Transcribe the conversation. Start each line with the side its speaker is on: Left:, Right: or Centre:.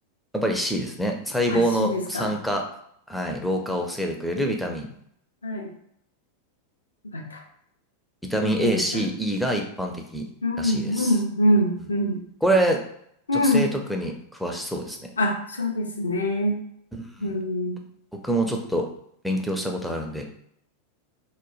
Centre: やっぱり C ですね。細胞の酸化、
Left: あ、C ですか。
Centre: はい、老化を防いでくれるビタミン。
Left: はい。よかった。
Centre: ビタミン
Left: やってました。
Centre: A、C、E が一般的らしいです。
Left: うん、うん、うん、
Centre: うんこれ、
Left: うん。うん。
Centre: 女性特に詳しそうですね。
Left: あ、そうですね。
Centre: うん
Left: うん。
Centre: 僕もちょっと勉強したことあるんで、